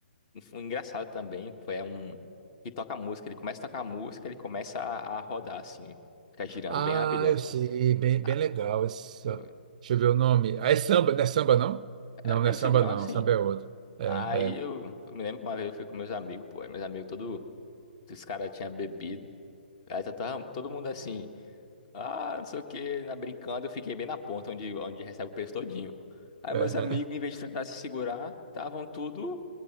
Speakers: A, on the left (about 35°); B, on the right (about 45°).
A: Foi engraçado também. Foi um. Que toca música. Ele começa a tocar música, ele começa a, a rodar assim. Fica girando
B: Ah,
A: bem rapidão.
B: eu sei, bem,
A: Ah,
B: bem legal essa.
A: pô,
B: Deixa eu ver o nome. Ah, é samba, não é samba não?
A: é,
B: Não,
A: deve
B: não é samba
A: ser algum negócio
B: não, samba
A: assim.
B: é outro. É,
A: Aí eu, eu me lembro que uma vez eu fui com meus amigos, pô. aí Meus amigos, todo. Os caras tinham bebido. Aí tava todo mundo assim. Ah, não sei o que, na brincando, eu fiquei bem na ponta onde, onde recebe o peso todinho. Aí
B: é,
A: meus amigos,
B: é.
A: em vez de tentar se segurar, estavam tudo